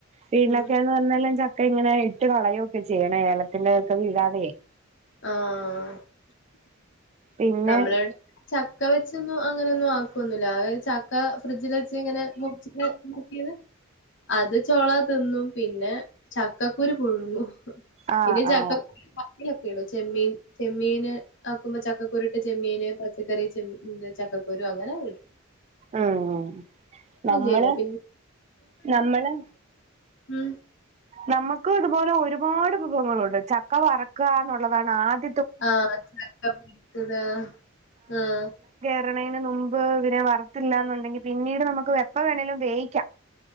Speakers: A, on the right; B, on the left.
A: വീട്ടിലൊക്കെന്ന്
B: ഉം
A: പറഞ്ഞാല് ച ഒക്കെ ഇങ്ങനെ ഇട്ട് കളയൊക്കെ ചെയ്യണെ ഏലത്തിന്റെ ഒക്കെ വീഴാതെ
B: ആഹ്
A: പിന്നെ
B: നമ്മളിവിടെ ചക്ക വെച്ച് ന്നു അങ്ങനൊന്നും ആക്കുവൊന്നുല്ല അ ചക്ക ഫ്രിഡ്ജിലെച്ച് ങ്ങനെ മുറ്ച്ട്ട് മുക്കിയത് അത് ചോള തിന്നും പിന്നെ ചക്കക്കുരു പുഴുങ്ങും.
A: ആ
B: പിന്നെ ചക്ക
A: ആ
B: <unintelligible> കെടു. ചെമ്മീൻ ചെമ്മീന് ആക്കുമ്പോ ചക്കക്കുരു ത് ചെമ്മീന്, പച്ചക്കറി, ചെമ് ചക്കക്കുരു അങ്ങനെടും.
A: ഉം നമ്മള്
B: ചെയ്യില്ല പിന്നെ
A: നമ്മള്
B: മ്
A: നമ്മക്കു ഇതുപോലെ ഒരുപാട് വിഭവങ്ങളുണ്ട്. ചക്ക വറക്കാ ന്നുള്ളതാണ് ആദ്യ
B: ആഹ് <unintelligible> ആഹ്
A: പറയ്ണേന് നുമ്പ് പിന്നെ വർത്തില്ലാന്നുണ്ടെങ്കി പിന്നീട് നമുക്ക് എപ്പ വേണേലും വേയിക്കാം